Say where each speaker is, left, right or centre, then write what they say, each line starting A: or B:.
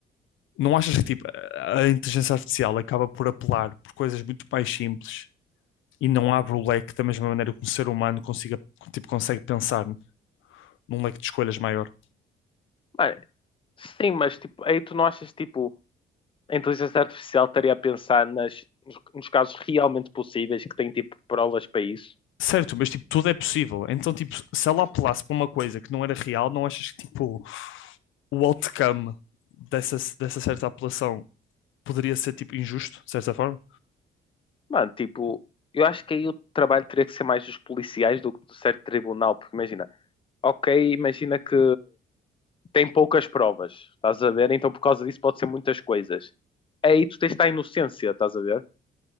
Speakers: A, on the left; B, on the left.
A: Não achas que tipo, a inteligência artificial acaba por apelar por coisas muito mais simples e não abre o leque da mesma maneira que um ser humano consiga, tipo, consegue pensar num leque de escolhas maior?
B: Mano, sim, mas tipo, aí tu não achas tipo, a inteligência artificial estaria a pensar nas, nos, nos casos realmente possíveis que tem tipo provas para isso?
A: Certo, mas tipo, tudo é possível. Então, tipo, se ela apelasse para uma coisa que não era real, não achas que tipo, o outcome dessa, dessa certa apelação poderia ser tipo injusto, de certa forma?
B: Mano, tipo, eu acho que aí o trabalho teria que ser mais dos policiais do que do certo tribunal, porque imagina, ok, imagina que tem poucas provas, estás a ver? Então por causa disso pode ser muitas coisas. Aí tu tens de estar inocência, estás a ver?